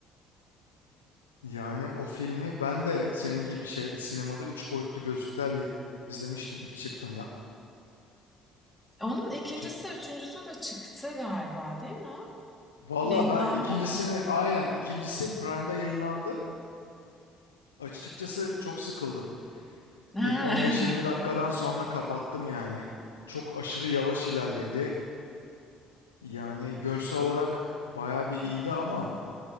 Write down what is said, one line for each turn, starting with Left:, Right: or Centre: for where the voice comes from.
Left: Yani o filmi ben de senin gibi şeyde sinemada üç boyutlu gözlüklerle izlemiştim ilk çıktığında.
Centre: Onun ikincisi
Left: Çok.
Centre: üçüncüsü de çıktı galiba değil mi?
Left: Valla
Centre: Yayınlandı
Left: ben ikincisini
Centre: mı?
Left: aynen ikincisi Prime'da yayınlandı. Açıkçası çok sıkıldım.
Centre: He.
Left: İlk 15-20 dakikadan sonra kapattım yani. Çok aşırı yavaş ilerledi. Yani görsel olarak bayağı bir iyiydi ama